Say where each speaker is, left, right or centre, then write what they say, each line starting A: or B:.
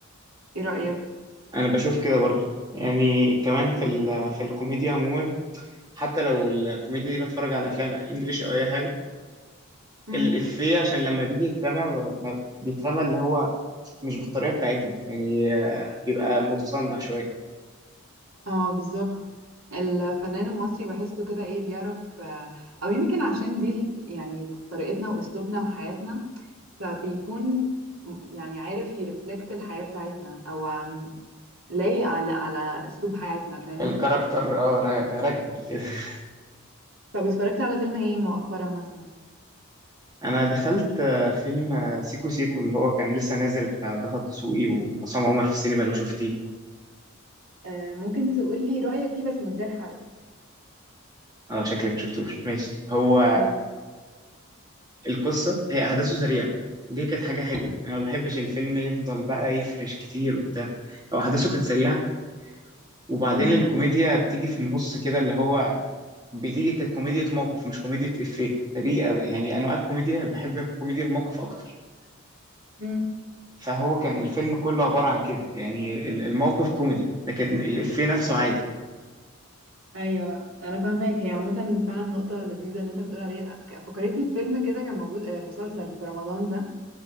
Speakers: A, on the right (about 70°); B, on the right (about 20°).
A: ايه رأيك
B: انا بشوف كده برضو يعني كمان في ال في الكوميديا عموما حتى لو الكوميديا دي بتفرج على افلام انجليش او اي حاجه
A: امم
B: الافيه عشان لما بيجي يترمى ما- بيترمى اللي هو مش بالطريقه بتاعتنا يعني آه، بيبقى متصنع شويه
A: اه بالظبط الفنان المصري بحسه كده ايه بيعرف آه، او يمكن عشان دي ال- يعني طريقتنا واسلوبنا وحياتنا فبيكون م- يعني عارف يرفلكت الحياة بتاعتنا او لايق على على اسلوب حياتنا فاهم
B: الكاركتر اه را- راكبه كده <laughs>
A: طب اتفرجت على فيلم ايه مؤخرا مثلا
B: انا دخلت آه، فيلم آه، سيكو سيكو اللي هو كان لسه نازل بتاع ضهر دسوقي وعصام عمر في السينما لو شفتيه
A: آه ممكن تقولي رأيك فيه بس من غير حرق
B: اه شكلك ما شفتوش ماشي هو
A: اه
B: القصه هي احداثه سريعه ودي كانت حاجه حلوه يعني انا ما بحبش الفيلم يفضل بقى يفرش كتير وبتاع هو احداثه كانت سريعه وبعدين
A: امم
B: الكوميديا بتيجي في النص كده اللي هو بتيجي كانت كوميديا موقف مش كوميديا افيه فدي يعني انواع الكوميديا بحب كوميديا الموقف اكتر
A: امم
B: فهو كان الفيلم كله عباره عن كده يعني ال- الموقف كوميدي لكن الافيه نفسه عادي
A: ايوه انا فاهماك هي عامه فعلا نقطه لذيذه اللي انت بتقول عليها ك- فكرتني بفيلم كده كان موجود آه، مسلسل في رمضان ده